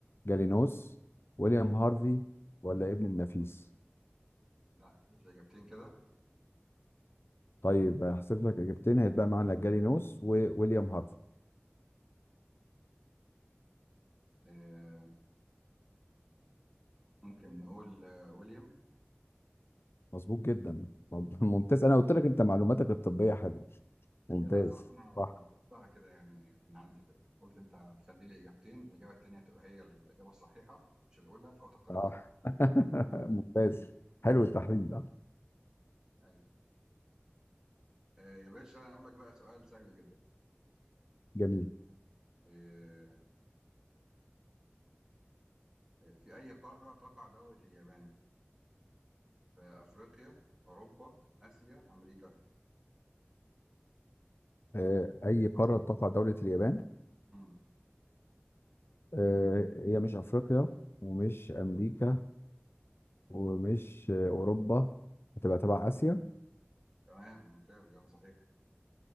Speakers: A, on the left; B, on the right.
A: جالينوس ويليام هارفي ولا ابن النفيس
B: لا احذف لي إجابتين كده
A: طيب هحسب لك اجابتين هيتبقى معانا جالينوس وويليام هارفي
B: آه ممكن نقول آه ويليام
A: مظبوط جدا مب- <laughs> ممتاز انا قلت لك انت معلوماتك الطبية حلوة ممتاز
B: آه لا صراحة أنا
A: صح
B: ضربتها كده يعني من عندي كده قلت أنت هتخلي لي إجابتين الإجابة التانية تبقى هي الإجابة الصحيحة مش الأولى فأو تختار
A: اه
B: التانية
A: <laughs> ممتاز حلو التحليل ده
B: أيوه آه يا باشا أنا هقول لك بقى سؤال سهل جدا
A: جميل
B: آه في أي قارة تقع دولة اليابان؟ في أفريقيا، أوروبا، آسيا، أمريكا.
A: آه، اي قارة تقع دولة اليابان
B: مم.
A: آه، هي مش افريقيا ومش امريكا ومش أوروبا هتبقى تبع آسيا
B: تمام ممتاز إجابة صحيحة.